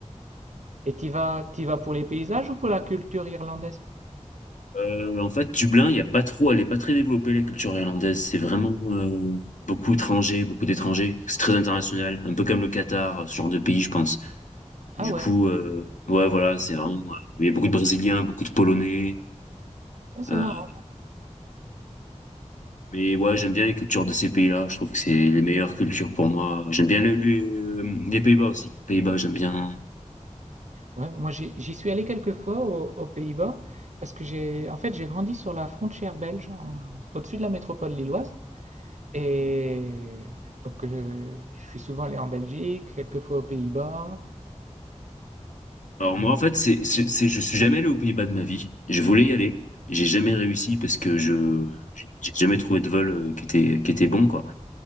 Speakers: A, on the right (about 70°); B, on the left (about 80°).
A: Et t'y vas, t'y vas pour les paysages ou pour la culture irlandaise?
B: Euh, en fait, Dublin, il y a pas trop, elle est pas très développée, la culture irlandaise. C'est vraiment euh, beaucoup étrangers, beaucoup d'étrangers. C'est très international, un peu comme le Qatar, ce genre de pays, je pense. Du
A: Ah ouais,
B: coup, euh, ouais, voilà, c'est vraiment. euh, Il y a beaucoup de Brésiliens, beaucoup de Polonais.
A: ça c'est
B: euh,
A: marrant.
B: mais ouais, j'aime bien les cultures de ces pays-là. Je trouve que c'est les meilleures cultures pour moi. J'aime bien le- le- euh, les Pays-Bas aussi. Pays-Bas, j'aime bien.
A: Ouais, moi j'y j'y suis allé quelques fois au- aux, Pays-Bas parce que j'ai, en fait, j'ai grandi sur la frontière belge, en- au-dessus de la métropole lilloise. Et donc euh, je suis souvent allé en Belgique, quelques fois aux Pays-Bas.
B: Alors moi en fait c'est c'est c'est- je suis jamais allé aux Pays-Bas de ma vie. Je voulais y aller, j'ai jamais réussi parce que je j'ai j'ai jamais trouvé de vol euh, qui était qui était bon quoi.